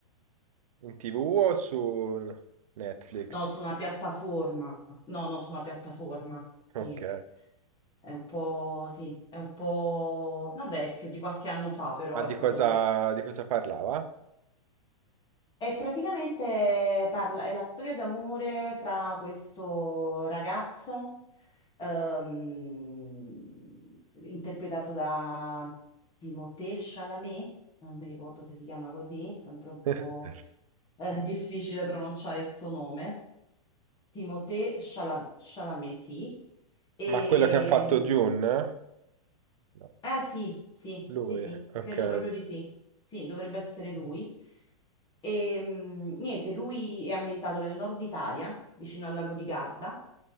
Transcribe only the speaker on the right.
In TV o su Netflix?
Ok.
Ma
di
cosa, di cosa parlava?
<laughs>
Ma quello che ha fatto Dune? No.
Lui,
ok.